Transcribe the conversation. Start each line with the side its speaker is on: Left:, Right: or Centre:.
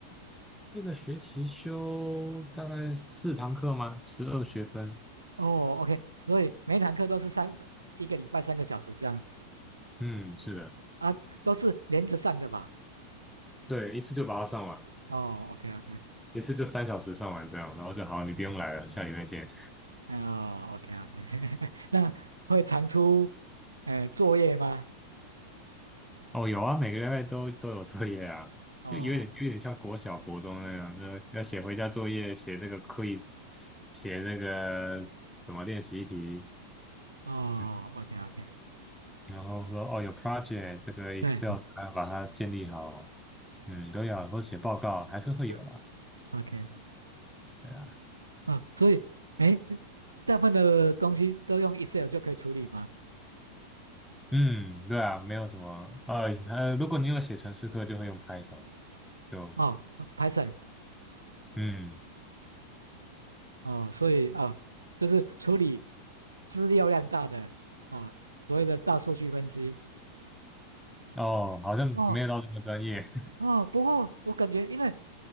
Centre: 一个学期修大概四堂课吗？十二学分。
Right: 哦，OK，所以每一堂课都是三一个礼拜三个小时这样子
Centre: 嗯，是的，
Right: 啊，都是连着上的吧？
Centre: 对，一次就把它上完，
Right: 哦，OK OK，
Centre: 一次就三小时上完这样，然后就好，你不用来了，下礼拜见。
Right: 哦，OK OK，<laughs> 那会常出，呃，作业吗？
Centre: 哦，有啊，每个礼拜都都有作业啊，
Right: 哦
Centre: 就有点有点像国小、国中那样，就要写回家作业，写这个 quiz，写那个什么练习题，
Right: 哦，OK
Centre: 嗯
Right: OK，
Centre: 然后说哦有 project 这个 Excel
Right: 对
Centre: 档案把它建立好，嗯，都要，然后写报告还是会有啦。
Right: 是，OK，
Centre: 对啊
Right: 哦，所以，哎，大部分的东西都用 Excel 就可以处理吗？
Centre: 嗯，对啊，没有什么啊，呃，如果你有写程式课，就会用 Python，就
Right: 哦，Python，OK，
Centre: 嗯，
Right: 哦，所以哦，就是处理资料量大的啊，所谓的大数据分析。
Centre: 哦，好像没有到那么专业，
Right: 哦哦，不过我感觉因为